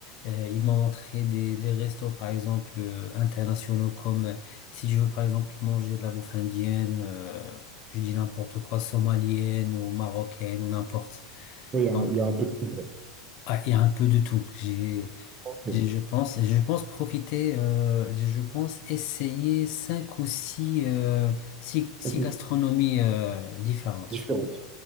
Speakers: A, on the left (about 55°); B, on the right (about 30°).
A: Euh, il m'a montré des, des restos, par exemple, euh, internationaux, comme euh, si je veux, par exemple, manger de la bouffe indienne, euh, je dis n'importe quoi, somalienne ou marocaine ou n'importe.
B: Oui, il y a,
A: Donc,
B: un il y a
A: euh,
B: un peu de tout. ouais.
A: ah, il y a un peu de tout. J'ai
B: Ok.
A: et Je pense, et je pense profiter, euh, je je pense essayer cinq ou six, euh, six, six
B: Un peu
A: gastronomies euh, différentes.
B: différente.